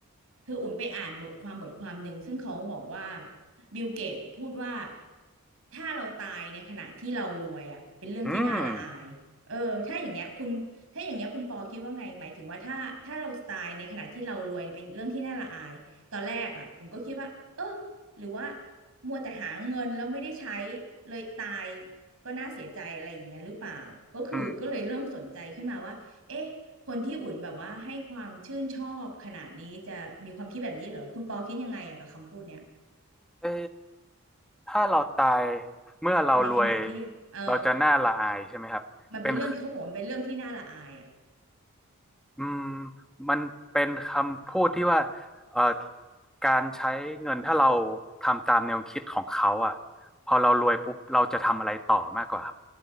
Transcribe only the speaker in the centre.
อืม
อืม
เออถ้าเราตายเมื่อเรารวย
เราจะน่าละอายใช่ไหมครับเป็น
อืมมันเป็นคำพูดที่ว่าเอ่อการใช้เงินถ้าเราทำตามแนวคิดของเขาอ่ะพอเรารวยปุ๊บเราจะทำอะไรต่อมากกว่าครับ